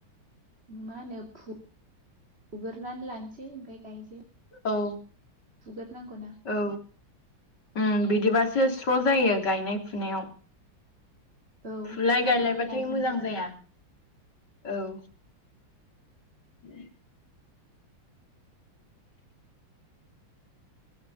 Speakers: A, on the right (about 30°); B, on the left (about 60°).
A: मा होनो फुगोरोनानै लानोसै ओमफ्राय गायनोसै
B: औ
A: फैगोरो नांगौना
B: औ उम बिदिबासो स्र' जायो गायनाय फुनायाव
A: औ
B: फुलाय
A: फुखानानै
B: गायलायबाथाय
A: लाजोबसै
B: मोजां
A: आरो
B: जाया औ उ